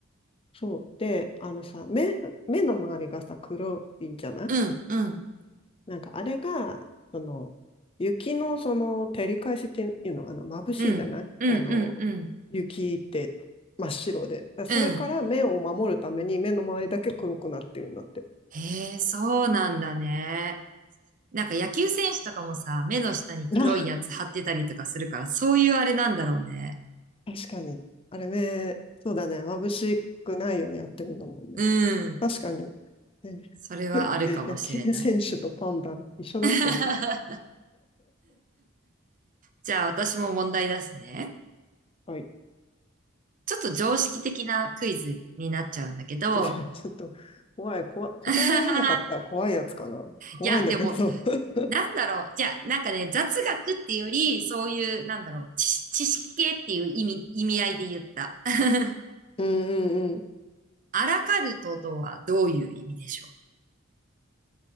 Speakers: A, on the left; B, on the right.
A: そう。で、あのさ、目が、目の周りがさ、黒いじゃない
B: うん、うん、
A: なんかあれが、その、雪のその照り返しっていうの、あの、眩しいじゃないあの、
B: うん、うん、うん、うん、
A: 雪って真っ白で。だそれから目を守るために目の周りだけ黒くなってるんだって。
B: うん。へえ、そうなんだね。なんか野球選手とかもさ、目の下に黒いやつ貼ってたりとかするから、
A: <laughs> あ、
B: そういうあれなんだろうね。
A: 確かに。あれ目、そうだね。眩しくないようにやってるんだもんね。
B: うん。
A: 確かに。ね
B: それはあるかもしれない。
A: 野球選手とパンダ一緒だったの。
B: <laughs> じゃあ私も問題出すね。
A: はい。
B: ちょっと常識的なクイズになっちゃうんだけど、
A: <laughs> ちょっと怖い、こわ、答えられなかったら怖いやつかな。
B: <laughs>
A: 怖いんだけど。
B: いや、でも
A: <laughs>
B: なんだろう。じゃあ、なんかね、雑学っていうより、そういう、なんだろう、知、知識系っていう意味、意味合いで言った。<laughs>
A: うんうんうん。
B: アラカルトとはどういう意味でしょ